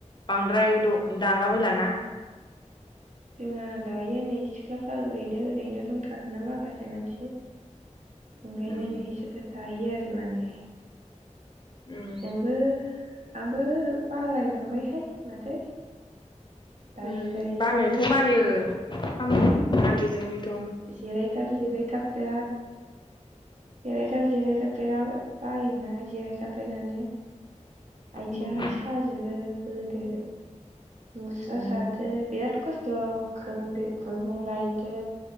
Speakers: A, on the left; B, on the right.
A: बांद्राय द दाला बायलाना।
B: जोंहा दायो नै सिख्लाफ्रा ओरैनो ओरैनो दंथारो ना माखासे मानसि। ओंखायनो
A: उम
B: नै दायो आरो माने।
A: उम
B: जोंबो आंबो बालायलांबायहाय माथो दायै
A: ओम
B: दायै
A: बानायाथ' बायो। <unintelligible> बेजोंनोथ'
B: जिराय थाब जिराय थाब बिराद <unintelligible> दा जिरायथाब बिराद बायोना। जिराय थाबायनानै आथिहाय
A: उम
B: साजोबो। <unintelligible> मुस्रा
A: उम
B: सादो बिराद खस्थ' खोन खुन्दुं लायदो